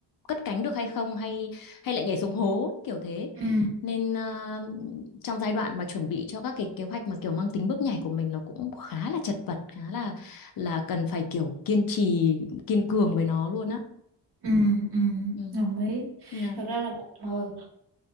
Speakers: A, on the left (about 50°); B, on the right (about 60°).
A: cất cánh được hay không hay hay lại nhảy xuống hố kiểu thế
B: ừ ừ
A: nên à, trong giai đoạn mà chuẩn bị cho các cái kế hoạch mà kiểu mang tính bước nhảy của mình nó cũng khá là chật vật khá là là cần phải kiểu kiên trì kiên cường với nó luôn á
B: ừ ừ.
A: ừ.
B: đồng ý
A: yeah.
B: thật ra là một hồi